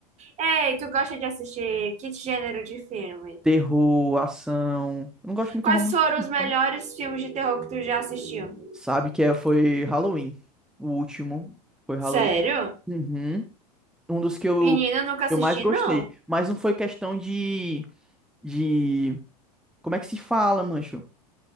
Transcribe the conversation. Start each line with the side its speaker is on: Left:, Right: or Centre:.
Right: Ei, tu gosta de assistir que gênero de filme?
Centre: Terror, ação. Eu não gosto muito
Right: Quais
Centre: de romance,
Right: foram
Centre: não.
Right: os
Centre: tá?
Right: melhores filmes de terror que tu já assistiu?
Centre: Sabe que é, foi Halloween. O último. Foi Halloween.
Right: Sério?
Centre: Uhum. um dos que eu,
Right: Menina,
Centre: que
Right: eu nunca assisti,
Centre: eu mais gostei.
Right: não.
Centre: Mas não foi questão de, de. Como é que se fala, mancho?